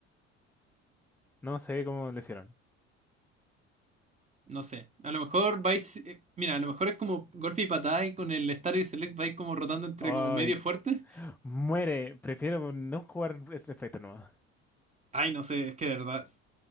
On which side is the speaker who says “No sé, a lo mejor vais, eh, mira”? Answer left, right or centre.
Right